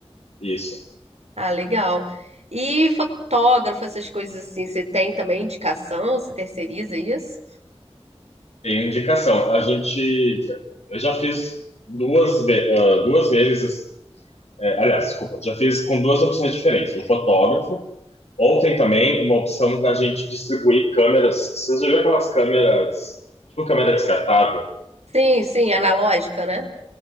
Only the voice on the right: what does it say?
Ah, legal. E fotógrafo, essas coisas assim, você tem também indicação? Você terceiriza isso?
Sim, sim, analógica, né?